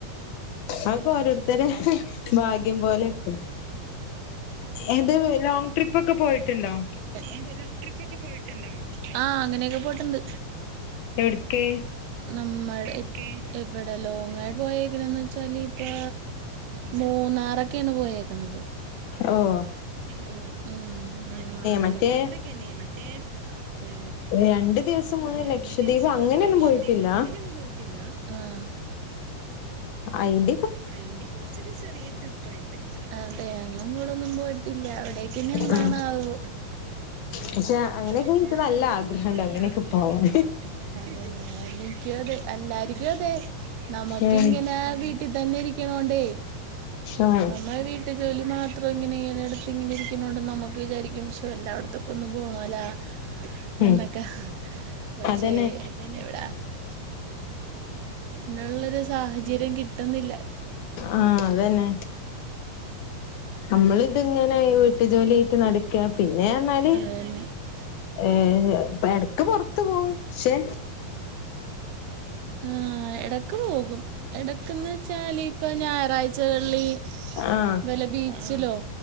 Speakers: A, on the left; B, on the right.
A: അഹ്പ്പ ഓരോരുത്തരെ ഭാഗ്യം പോലെക്കും ഏത് ലോങ് ട്രിപ്പ് ഒക്കെ പോയിട്ടുണ്ടോ
B: ഏതെല്ലാം ട്രിപ്പ് ഒക്കെ പോയിട്ടുണ്ടോ ആഹ് അങ്ങനെയൊക്കെ പോയിട്ടുണ്ട്
A: എവിടക്ക്
B: നമ്മൾ എവിടെ ലോങ്ങ് ആയിട്ട് പോയേക്കണന്ന് വെച്ചാല് ഇപ്പ മൂന്നാറൊക്കെയാണ് പോയേക്കണത്
A: ഓവ്വ
B: ഓ അഹ് മാരെൽ
A: മറ്റേ
B: കുടുതലും അത്രക്കെനെയാ മറ്റേ ഹെ
A: രണ്ടു ദിവസം മുന്നേ
B: രണ്ടു
A: ലക്ഷദ്വീപ്
B: ദിവസം
A: അങ്ങനെയൊന്നും
B: മുന്നെ ലക്ഷദ്വീപ്
A: പോയിട്ടില്ല
B: അങ്ങനെയൊന്നും പോയിട്ടില്ല അഹ്
A: ആയിട്ടിൻ
B: അയിൻ്റെ കൊറച്ചൊക്ക ചെറിയ ട്രിപ്പായിട്ട് അതെ ഞങ്ങനും ഇവിടേം ഒന്നും പോയിട്ടില്ല അവിടെ ഇക്ക് ന്നി എന്താണവ്
A: ആ പക്ഷെ അങ്ങനെയൊക്കെ
B: പക്ഷെ
A: എനിക്ക് നല്ല
B: അങ്ങനെയൊക്കെ
A: ആഗ്രഹണ്ട്
B: ഇക്ക് നല്ല
A: അങ്ങനെയൊക്കെ
B: അ അത <unintelligible>
A: പോവാൻ
B: അങ്ങനൊക്ക അതെ എല്ലാർക്കും അതെ നമക്ക്
A: ഉം
B: ഇങ്ങനെ വി ട്ടിൽ ഇതന്നെ ഇരിക്കണോണ്ടേ
A: ആ
B: നമ്മൾ വീ ട്ട് ജോലി മാത്രം ഇങ്ങനെ ഇങ്ങനെടുത്ത് ഇങ്ങനെ ഇരിക്കുണോണ്ട് നമുക്ക് വിചാരിക്കും ശോല്ലാ തൊക്ക ഒന്നു പോണലോ
A: ഉം
B: എന്നൊക്കെ പക്ഷെ
A: അതന്നെ
B: അതന്നെ ഇവിടാ <unintelligible> അയിന്നുല്ല ഉള്ളൊരു സാഹചര്യം കിട്ടുന്നില്ല
A: ആഹ് അതന്നെ നമ്മള് ഇത്ങ്ങനെ വീട്ടു ജോലായിട്ട് നടക്ക പിന്നെ എന്നാല്
B: <unintelligible>
A: ഏ ഇടക്ക് പൊറത്ത് പോകും ക്ഷേ
B: ആഹ് എടക്ക് പോകും ഇടയ്ക്ക്ന്ന് വേച്ചാൽ ഇപ്പോ ഞായറാഴ്ചകളി
A: ആഹ്
B: വല്ല ബീച്ചിലോ